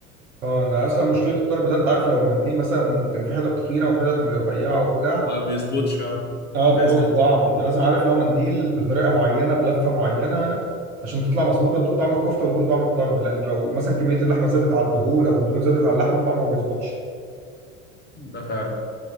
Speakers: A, on the right (about 65°); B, on the left (about 20°).
A: اه انا اصلا مشكله الطرب ده انت عارف لو المنديل مثلا كان في حتت تخينه وحتت رفيعه وبتاع
B: ما بيظبطش آه،
A: اه بيبوظ
B: لازم
A: الطعم انت لازم عارف لو منديل بطريقه معينه بلفه معينه عشان تطلع مظبوطه تدوق طعم الكفته وتدوق طعم الطرب لان لو مثلا كميه اللحمه زادت على الدهون او الدهون زادت على اللحمه الطعم ما بيظبطش
B: ده فعلا